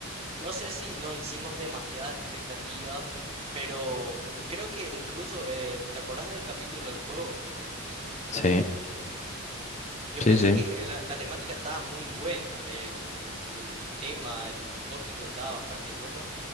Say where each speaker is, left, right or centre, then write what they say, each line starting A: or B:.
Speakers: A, on the right (about 30°); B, on the left (about 30°).
A: No sé si nos hicimos demasiadas expectativas, pero eh, creo que incluso, eh, ¿te acordás del capítulo del juego?
B: sí,
A: Yo
B: sí,
A: pienso
B: sí.
A: que eh, la, la temática estaba muy buena, el, el- el tema, el tópico estaba bastante bueno,